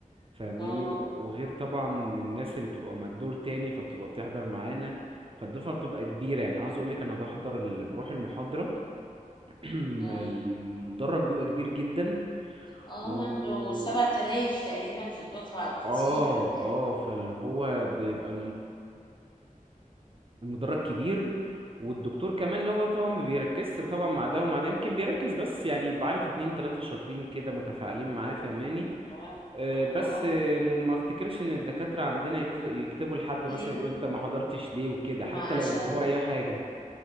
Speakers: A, on the right; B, on the left.
A: فاهماني
B: اه
A: و- وغير طبعا الناس اللي بتبقى مع الدور تاني فبتبقى بتحضر معانا فالدفعه بتبقى كبيره يعني عاوز اقولك انا بحضر ال... بروح المحاضره <clears throat> المدرج
B: اه
A: بيبقى كبير جدا
B: اه
A: و
B: انتوا 7000 تقريبا في الدفعه كتير
A: اه
B: يعني
A: اه فاللي هو بيبقى المدرج كبير والدكتور كمان اللي هو طبعا ما بيركزش طبعا مع ده ومع ده يمكن بيركز بس يعني بعرف اتنين تلاتة شاطرين كده متفاعلين معاه فهماني
B: ف-
A: آه،
B: ما
A: بس
B: اه
A: آه، ما افتكرش ان الدكاترة عندنا يت- يكتبوا لحد
B: لين
A: مثلا يقولوا انت ما حضرتش ليه وكده
B: ما
A: حتى
B: عشان
A: لو هو اي حاجة